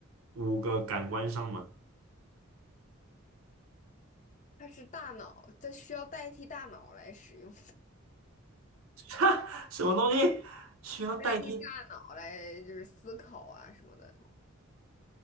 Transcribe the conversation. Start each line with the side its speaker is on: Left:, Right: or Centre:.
Right: 五个感官上吗？
Left: 它是大脑，它需要代替大脑来使用，
Right: <laughs> 哈，什么东西需要代替代
Left: <laughs> 代替大脑来就是思考啊什么的，